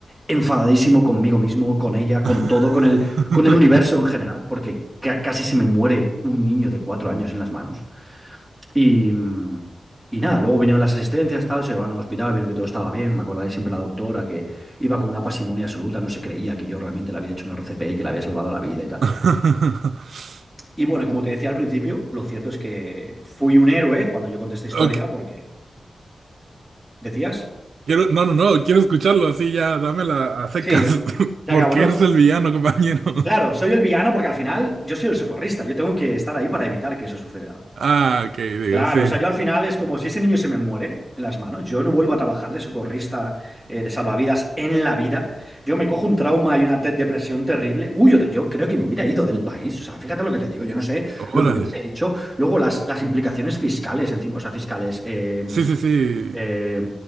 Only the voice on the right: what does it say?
<laughs>
<laughs>
Ok,
Quiero, no, no, no, quiero escucharlo así ya, dámela a secas,
<laughs>
porque
eres el villano, compañero. <laughs>
Ah, ok, digo,
sí.
Órale.
Sí, sí, sí.